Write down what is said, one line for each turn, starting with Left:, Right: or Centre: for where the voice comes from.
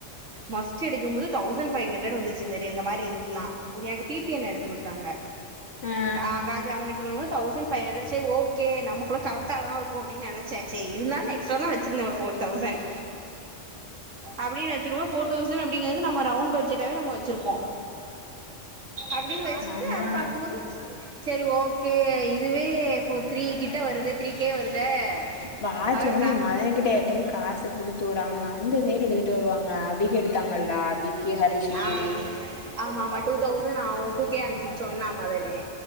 Right: மஸ்ட்டு எடுக்கும்போது தவுசண்ட் ஃபைவ் ஹண்ட்ரட் வந்துச்சு இந்த மாரி ரிங்கேல்லா எனக்கு பிபி அண்ணே எடுத்து குடுத்தாங்க
Left: ம்
Right: ஆ காது அவ எடுத்துக்குடுக்கும்போ தவுசண்ட் ஃபைவ் ஹண்ரட் சரி ஓகே நமக்கு கூட கரெக்டா தா இருக்கும் அப்டின் நெனச்சே எக்ஸ்ட்ரா தா வச்சுருந்த ஒரு ஃபோர் தவுசண்ட் அப்டின் வெச்சுக்கோ ஃபோர் தவுசண்ட் அப்டிங்கறது நம்ம ரவுண்ட் பட்ஜெட்டாவே நம்ம வச்சிருப்போம் அப்டின் வெச்சிட்டு
Left: ஆமா
Right: அது பாக்கும்போது செரி ஓகே இதுவே இப்போ த்ரீ கிட்ட வருது த்ரீ கே வருதே
Left: வாட்ச்சு
Right: அவரு
Left: வந்து
Right: பே
Left: நீ மய கிட்ட ட்டு காச குடுத்துவுடு அவனுங்க அந்த சைட் எடுத்துட்டு வருவாங்க அபிக்கு எடுத்தாங்கல்ல விக்கி ஹரீஷிக்கு
Right: ஆ ஆமா ஆமா டூ தவுசண் ஆவு டூ கே அனுப்ச்சன் சொன்னா மொதல்லயே